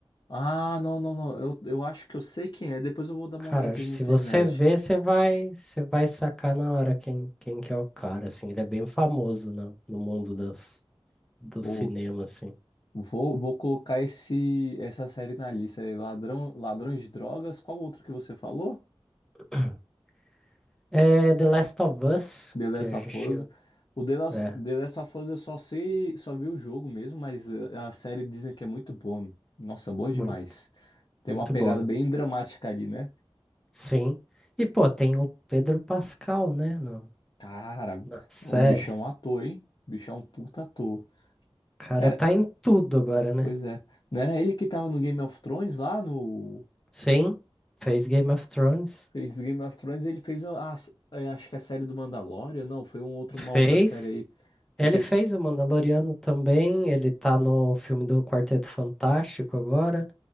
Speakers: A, on the left; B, in the centre.
A: Ah, não, não, não. Eu, eu acho que eu sei quem é. Depois eu vou dar uma
B: Cara,
A: olhadinha
B: se
A: na internet.
B: você vê, você vai, você vai sacar na hora quem, quem que é o cara, assim. Ele é bem famoso, né, no mundo das, do
A: Vou,
B: cinema, assim.
A: vou, vou colocar esse, essa série na lista. É Ladrão, Ladrões de Drogas. Qual outro que você falou?
B: <clears throat> É The Last of Us,
A: The Last
B: que a
A: of
B: gente tinha.
A: Us. O The Last,
B: É,
A: The Last of Us eu só sei, só vi o jogo mesmo, mas eh, a série dizem que é muito boa. Nossa, boa demais.
B: muito,
A: Tem
B: muito
A: uma pegada
B: boa.
A: bem dramática ali, né?
B: Sim. E, pô, tem o Pedro Pascal, né, no,
A: Cara,
B: na série.
A: o bichão
B: O
A: é um ator, hein? O bichão é um puta ator.
B: cara
A: Era,
B: tá em tudo agora, né?
A: pois é. Não era ele que tava no Game of Thrones lá no.
B: Sim, fez Game of Thrones.
A: Fez Game of Thrones, ele fez a, a- é, acho que a série do Mandalorian, não, foi um outro, uma
B: Fez.
A: outra série aí que
B: Ele
A: o pessoal.
B: fez o Mandaloriano também, ele tá no filme do Quarteto Fantástico agora.